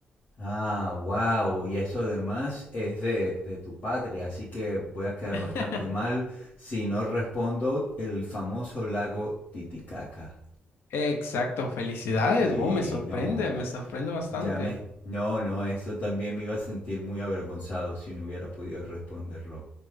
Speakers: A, on the left; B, on the left.
A: Ah, wow, y eso además es de, de tu patria, así que voy a quedar bastante
B: <laughs>
A: mal si no respondo el famoso lago Titicaca.
B: Exacto, felicidades.
A: Sí,
B: Wow, me sorprende,
A: no,
B: me sorprende bastante.
A: ya me... No, no, eso también me iba a sentir muy avergonzado si no hubiera podido responderlo.